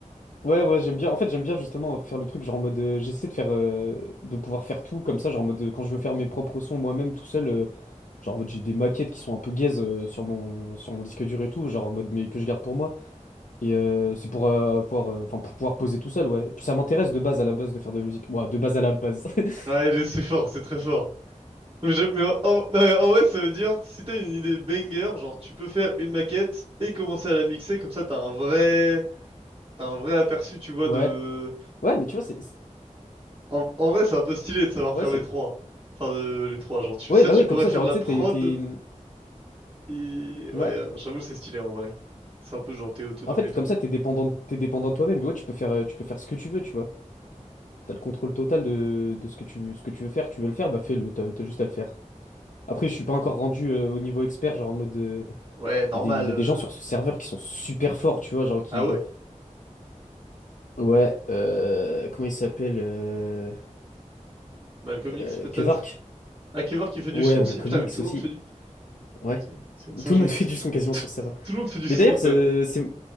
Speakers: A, on the left; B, on the right.
A: Ouais, ouais, j'aime bien. En fait, j'aime bien justement faire le truc, genre en mode. euh, j'essaie de faire. euh, de pouvoir faire tout comme ça, genre en mode. euh, quand je veux faire mes propres sons moi-même tout seul. euh, Genre, en mode, j'ai des maquettes qui sont un peu gaze euh, sur mon, sur mon disque dur et tout, genre en mode, mais que je garde pour moi. Et euh, c'est pour, euh, avoir, euh, enfin, pour pouvoir poser tout seul, ouais. Et puis ça m'intéresse de base à la base de faire de la musique. Ouais, de base à la base. <laughs>
B: Ouais, mais c'est fort, c'est très fort. Non, mais, j'aime- mais en... en- non, mais en vrai, ça veut dire, si t'as une idée banger, genre, tu peux faire une maquette et commencer à la mixer. Comme ça, t'as un vrai... T'as un vrai aperçu, tu vois,
A: Ouais.
B: de...
A: Ouais, mais tu vois, c'est. c'est-
B: En, en vrai, c'est un peu stylé de savoir
A: Ouais,
B: faire
A: c'est.
B: les trois. Enfin, de... les trois. Genre, tu...
A: Ouais,
B: sais
A: bah
B: tu
A: oui,
B: pourrais
A: comme ça,
B: faire
A: genre,
B: la
A: tu
B: prod...
A: sais, t'es. t'es- mmh,
B: Et ouais,
A: Ouais.
B: euh, j'avoue, c'est stylé en vrai. C'est un peu genre t'es autonome
A: En fait,
B: et
A: t'es
B: tout.
A: comme ça, t'es dépendant, de- t'es dépendant de toi-même. Ouais, tu peux faire, euh, tu peux faire ce que tu veux, tu vois. T'as le contrôle total de, de ce que tu veux, ce que tu veux faire. Tu veux le faire, bah fais-le. T'as t'as juste à le faire. Après, je suis pas encore rendu euh, au niveau expert, genre en mode. euh,
B: Ouais, normal.
A: Il y a des, il y
B: euh.
A: a des gens sur ce serveur qui sont super forts, tu vois, genre qui...
B: Ah ouais?
A: Ouais, euh, comment il s'appelle euh,
B: Malcolm X
A: euh,
B: peut-être?
A: Kevork.
B: Hakever qui fait du
A: Ouais,
B: son
A: Malcolm
B: aussi. Putain, mais
A: X
B: tout le
A: aussi.
B: monde fait du.
A: Ouais.
B: C'est c'est une singerie.
A: Tout le monde <laughs>
B: Tout...
A: fait du son quasiment sur ce serveur.
B: tout le monde fait du son,
A: Mais d'ailleurs, c'est
B: frère.
A: c'est-